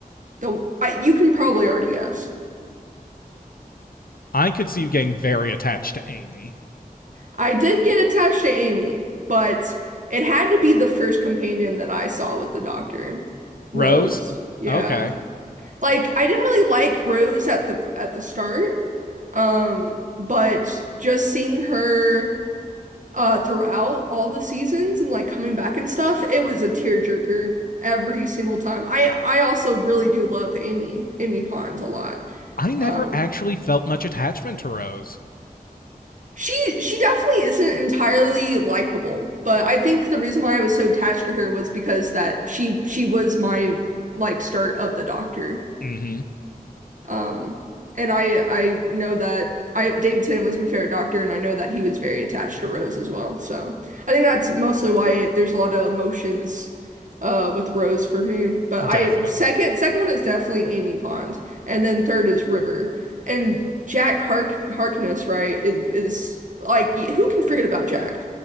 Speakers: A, on the right; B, on the left.
A: The I, you can probably already guess.
B: I could see you getting very attached to Amy.
A: I did get attached to Amy, but it had to be the first companion that I saw with the doctor,
B: Rose?
A: Rose. Yeah.
B: Okay.
A: Like I didn't really like Rose at the at the start. Um, but just seeing her uh throughout all the seasons and like coming back and stuff, it was a tearjerker every single time. I I also really do love Amy, Amy Pond a lot.
B: I never
A: Um,
B: actually felt much attachment to Rose.
A: She she definitely isn't entirely likable, but I think the reason why I was so attached to her was because that she she was my like start of the Doctor.
B: Mm hmm.
A: Um, and I I know that I David Tennant was my favorite Doctor, and I know that he was very attached to Rose as well. So I think that's mostly why there's a lot of emotions uh with Rose for me. But
B: Definitely.
A: I second second one is definitely Amy Pond, and then third is River. And Jack Hark Harkness, right, is, is like who can forget about Jack?